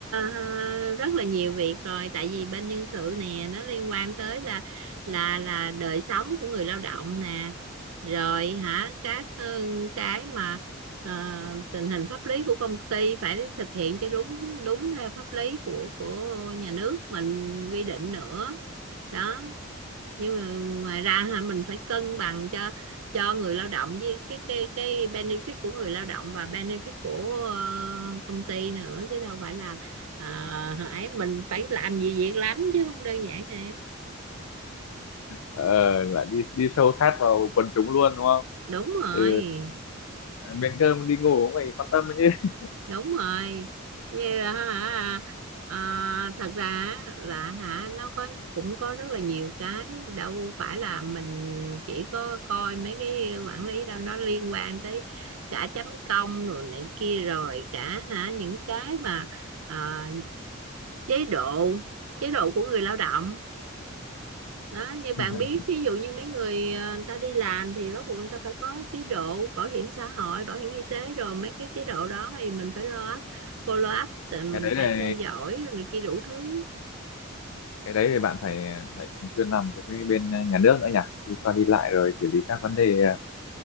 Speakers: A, on the right (about 75°); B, on the left (about 75°).
A: ờ, rất là nhiều việc rồi tại vì bên nhân sự nè nó liên quan tới là là là đời sống của người lao động nè rồi hả các ờ, cái mà ờ, tình hình pháp lý của công ty phải thực hiện cho đúng đúng theo pháp lý của của nhà nước mình quy định nữa đó nhưng mà ngoài ra hả mình phải cân bằng cho cho người lao động với cái cái cái benefit của người lao động và benefit của ờ, công ty nữa chứ đâu phải là uh, ấy mình phải làm gì việc lắm chứ không đơn giản nè
B: ờ lại đi đi sâu sát vào quần chúng luôn đúng không
A: đúng rồi
B: từ miếng cơm đi ngủ cũng phải quan tâm đấy chứ
A: đúng rồi như hả ờ, thật ra á, là hả nó có cũng có rất là nhiều cái đâu phải là mình chỉ có coi mấy cái quản lý đâu nó liên quan tới cả chấm công rồi này kia rồi cả hả những cái mà à, chế độ chế độ của người lao động đó như bạn
B: <laughs>
A: biết ví dụ như mấy người ờ, người ta đi làm thì bắt buộc người ta phải có chế độ bảo hiểm xã hội bảo hiểm y tế rồi mấy cái chế độ đó thì mình phải lo up follow up tự mình
B: cái đấy là
A: phải theo dõi rồi này kia đủ thứ
B: cái đấy thì bạn phải lại thường xuyên làm việc với bên nhà nước nữa nhỉ đi qua đi lại rồi xử lý các vấn đề à,